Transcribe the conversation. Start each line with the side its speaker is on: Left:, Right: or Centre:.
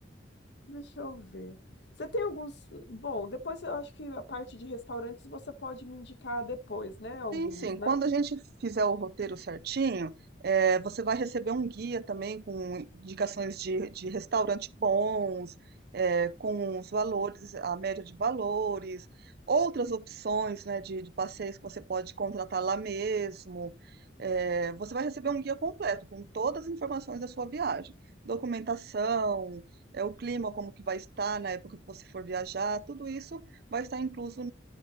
Left: deixa eu ver. Você tem alguns, bom, depois eu acho que a parte de restaurantes você pode me indicar depois, né, alguns,
Right: Sim, sim.
Left: né?
Right: Quando a gente fizer o roteiro certinho, eh, você vai receber um guia também com indicações de, de restaurante bons, eh, com os valores, a média de valores, outras opções, né, de, de passeios que você pode contratar lá mesmo. Eh, você vai receber um guia completo com todas as informações da sua viagem, documentação, é o clima, como que vai estar na época que você for viajar, tudo isso vai estar incluso